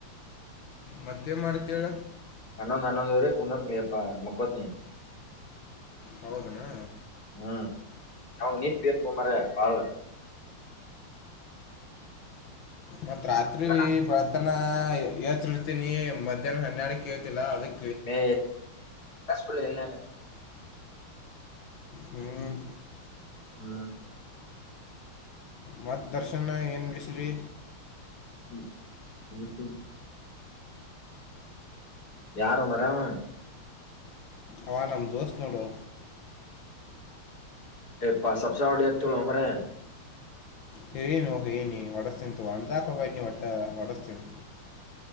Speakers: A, on the left; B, on the left.
A: ಮತ್ತೇನ್ ಮಾಡ್ತೇವ
B: ಹನೊಂದ್ ಹನ್ನಂದುರೆ ಕುನರ್ ನಪ ಮಕೊತ್ ನೀಿ
A: ಹೌದುನಾ
B: ಹ್ಮ್ ಹ ನೀಚ ಬತ ಮ ಬಳ
A: ಮತ್ತ ರತ್ರಿ
B: ನಾ-
A: ಬತಾನ ಯತ್ತುರ್ತೀನಿ ಮಧ್ಯಾಹ್ನ ಹನ್ನೆಡಕ್ಕೆ ಕೇಳ್ತಿಲ್ಲ ಅವದಕ್ಕೆ
B: ಮ ಕಕ ಇ
A: ಹ್ಮ್
B: ಹ್ಮ್
A: ಮತ್ ದರ್ಶನ್ ಏನ್ ಬಿಡಿಸ್ರಿ
B: ಹ್ಮ್ ಹ್ಮ <inaudible> ಯಾರೋ ಮಾರಾಯ ಅವ.
A: ಅವ ನಮ್ ದೋಸ್ತ್ ನೋಡೋ.
B: ಎಪ್ಪ ಸಬ್ಸಾವಡಿಯ ಅಮ್ರ <inaudible>
A: ಹೇಳಿನೋ ಹೇಳಿನಿ ಒಡಸ್ತೇ. ಇದು ಅಂಜಾಕೋಬ್ಯಾಡ್ ಒಟ್ಟ ನೀ ಹೊಡಸ್ತೀನ.